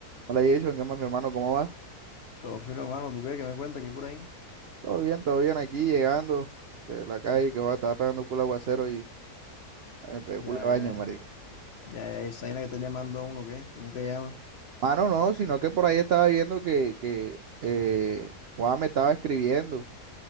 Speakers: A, on the right (about 85°); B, on the left (about 50°).
A: Hola Jason, ¿qué más mi hermano? ¿Cómo vas?
B: Todo fino, hermano. ¿Tú qué? ¿Qué me cuentas? ¿Qué hay por ahí?
A: Todo bien, todo bien aquí llegando de la calle que va, estaba pegando culo aguacero y ay, me pegué
B: Ya,
A: culo de baño,
B: ya,
A: marica.
B: ya, ya, esa vaina que está llamando a uno, ¿qué? Tú nunca llamas.
A: Ah, no, no, sino que por ahí estaba viendo que, que eh, Juan me estaba escribiendo